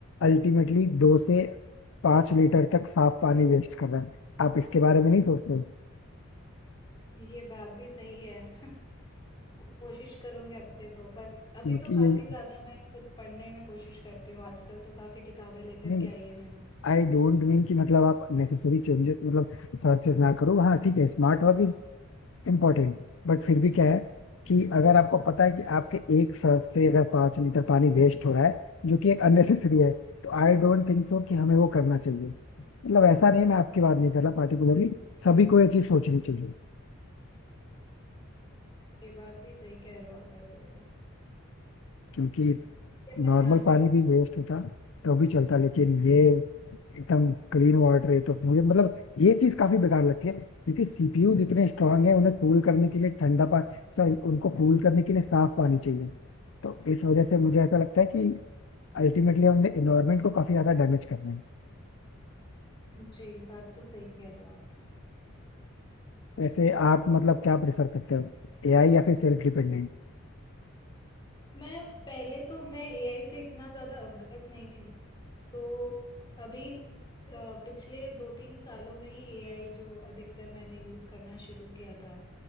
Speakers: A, on the left; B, on the left.
A: अल्टीमेटली दो से पांच लीटर तक साफ पानी वेस्ट कर रहा है आप इसके बारे में नहीं सोचते
B: ये <laughs> बात भी सही है <laughs> कोशिश करूंगी अब से तो पर अभी
A: क्योंकि
B: तो काफी
A: ये
B: ज्यादा मैं खुद पढ़ने में कोशिश करती हूँ आजकल तो काफी किताबें लेकर
A: नहीं
B: के आई है मैंने
A: आई डोंट मीन कि मतलब आप नेसेसरी चेंजेस मतलब सर्चेस ना करो हाँ ठीक है स्मार्ट वर्क इम्पोर्टेंट बट फिर भी क्या है कि अगर आपको पता है कि आपके एक सांस से अगर पांच लीटर पानी वेस्ट हो रहा है जो कि एक अननेसेसरी है तो आई डोंट थिंक सो कि हमें वो करना चाहिए मतलब ऐसा नहीं मैं आपकी बात नहीं कर रहा पार्टिकुलरली सभी को ये चीज सोचनी चाहिए
B: ये बात भी सही कह रहे हो आप ऐसे तो
A: क्योंकि
B: ये मैं
A: नॉर्मल
B: ध्यान में
A: पानी
B: रखूंगी
A: भी वेस्ट होता तो भी चलता लेकिन ये एकदम क्लीन वाटर है तो मुझे मतलब ये चीज काफी बेकार लगती है क्योंकि सीपीयू इतने स्ट्रांग है उन्हें कूल करने के लिए ठंडा पानी सॉरी उनको कूल करने के लिए साफ पानी चाहिए तो इस वजह से मुझे ऐसा लगता है कि अल्टीमेटली हमने इन्वायरमेंट को काफी ज्यादा डैमेज करना है
B: जी बात तो सही कह रहे हो आप
A: वैसे आप मतलब क्या प्रेफर करते हो एआई या फिर सेल्फ डिपेंडेंट
B: मैं पहले तो मैं एआई से इतना ज्यादा अवगत नहीं थी तो अभी अ, पिछले दो तीन सालों में ही एआई जो अधिकतर मैंने यूज करना शुरू किया था